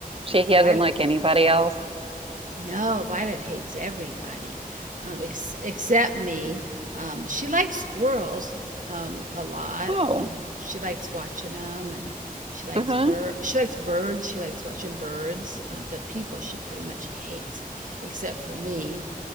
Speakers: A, on the right (about 40°); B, on the right (about 60°).
A: she he
B: Violet.
A: does not like anybody else.
B: No, Violet hates everybody, um, ex except me. Um, she likes squirrels um, a lot.
A: Oh,
B: Um, she likes watching them, and she likes
A: uh-huh,
B: bird. She likes birds. She likes watching birds. Um, but people, she pretty much hates, except for me.